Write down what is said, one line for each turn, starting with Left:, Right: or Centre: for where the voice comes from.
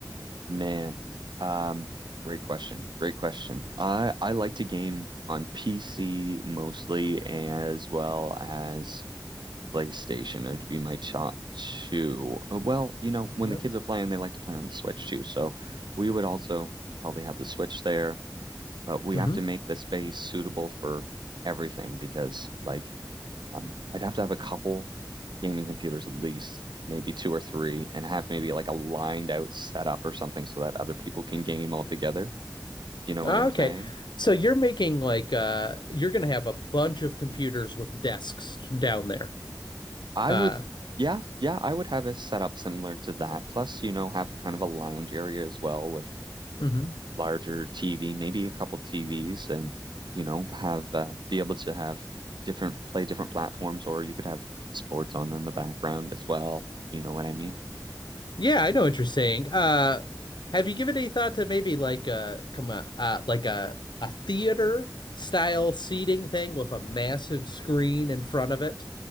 Right: Man, um, great question. Great question. I I like to game on PC mostly as well as PlayStation. Those would be my top two. Uh, Well, you know, when
Left: Yeah.
Right: the kids are playing, they like to play on the Switch too. So we would also probably have the Switch there, but we
Left: hmm
Right: have to make the space suitable for everything because like um, I'd have to have a couple gaming computers at least, maybe two or three, and have maybe like a lined out setup or something so that other people can game all together. You know what
Left: Okay.
Right: I'm saying?
Left: So you're making like uh, you're gonna have a bunch of computers with desks down there.
Right: I
Left: Uh,
Right: would, yeah, yeah, I would have a setup similar to that. Plus, you know, have kind of a lounge area as well with
Left: mhm.
Right: larger TV, maybe a couple TVs, and you know, have uh, be able to have different play different platforms, or you could have sports on in the background as well. You know what I mean?
Left: Yeah, I know what you're saying. Uh, have you given any thought to maybe like a come on, uh, like a a theater style seating thing with a massive screen in front of it,